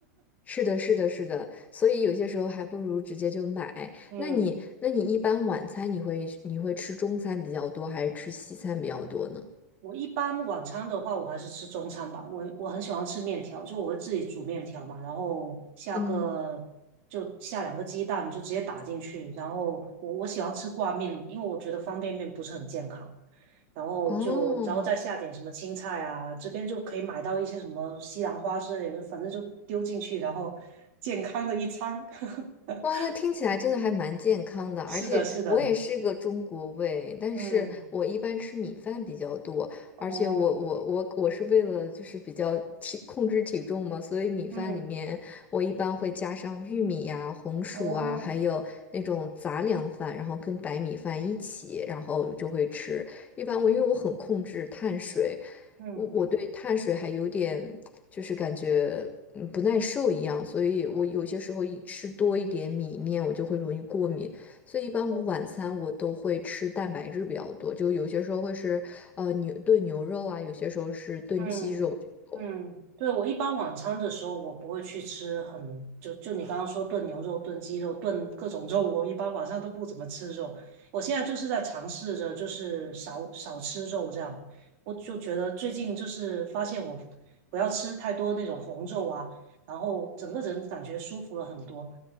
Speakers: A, on the left; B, on the right.
A: 是的，是的，是的，所以有些时候还不如直接就买。
B: <laughs> 嗯。
A: 那你，那你一般晚餐你会你会吃中餐比较多，还是吃西餐比较多呢？
B: 我一般晚餐的话，我还是吃中餐吧。我我很喜欢吃面条，就我会自己煮面条嘛，然后下个就下两个鸡蛋，
A: 嗯，
B: 就直接打进去。然后我我喜欢吃挂面，因为我觉得方便面不是很健康。然后就然后再下点什么青菜啊，
A: 哦，
B: 这边就可以买到一些什么西兰花之类的，反正就丢进去，然后 <laughs> 健康的一餐。<laughs>
A: 哇，那听起来真的还蛮健康的，而且我也是个中国胃，
B: 是的，是的，
A: 但是我一般吃米饭比较多，
B: 嗯，哦，
A: 而且我我我我是为了就是比较体控制体重嘛，所以米饭里面我一般会加上玉米呀、
B: 嗯，
A: 红薯啊，
B: 哦，
A: 还有那种杂粮饭，然后跟白米饭一起，然后就会吃。一般我因为我很控制碳水，
B: 嗯。
A: 我我对碳水还有点。就是感觉嗯不耐受一样，所以我有些时候一吃多一点米面，我就会容易过敏。所以一般我晚餐我都会吃蛋白质比较多，
B: 哦
A: 就有些时候会是呃牛炖牛肉啊，有些时候是炖鸡肉这种。
B: 嗯嗯，对，我一般晚餐的时候，我不会去吃很，就就你刚刚说炖牛肉、炖鸡肉、炖各种肉，我一般晚上都不怎么吃肉。我现在就是在尝试着，就是少少吃肉这样。我就觉得最近就是发现我不要吃太多那种红肉啊，然后整个人感觉舒服了很多。